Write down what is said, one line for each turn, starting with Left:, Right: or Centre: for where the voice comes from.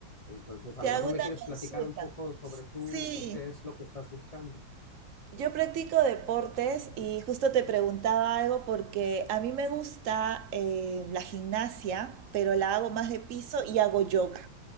Left: Entonces, a
Right: Te
Left: lo
Right: hago
Left: mejor me
Right: una
Left: quieres
Right: consulta.
Left: platicar un poco sobre tú,
Right: Sí,
Left: tú qué es lo que estás buscando.
Right: yo practico deportes y justo te preguntaba algo porque a mí me gusta eh, la gimnasia, pero la hago más de piso y hago yoga.